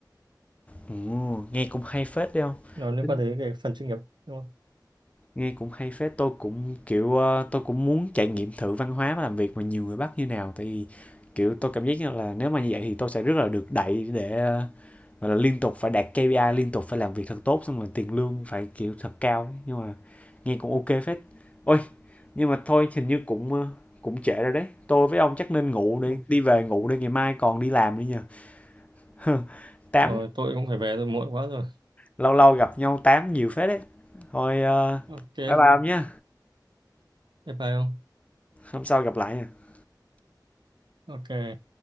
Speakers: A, on the left; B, on the right.
A: Ồ, nghe cũng hay phết đấy không?
B: nó liên
A: Tính-
B: quan tới cái phần chuyên nghiệp đúng
A: Nghe cũng hay phết. Tôi cũng kiểu ờ, tôi cũng muốn trải nghiệm thử văn hóa và làm việc mà nhiều người Bắc như nào. Tại vì kiểu tôi cảm giác như là nếu mà như vậy thì tôi sẽ rất là được đẩy để ờ, gọi là liên tục phải đạt KPI, liên tục phải làm việc thật tốt xong rồi tiền lương phải kiểu thật cao. ấy. Nhưng mà nghe cũng ok phết. Ôi, nhưng mà thôi hình như cũng ờ, cũng trễ rồi đấy. Tôi với ông chắc nên ngủ đi,
B: không?
A: đi về ngủ đi ngày mai còn đi làm nữa nha. <laughs> 8
B: Ờ, tôi cũng phải về tôi muộn quá rồi
A: lâu lâu gặp nhau tám nhiều phết đấy thôi ờ,
B: ok
A: bye bye ông nhé
B: bye bye không
A: hôm sau gặp lại nha
B: ok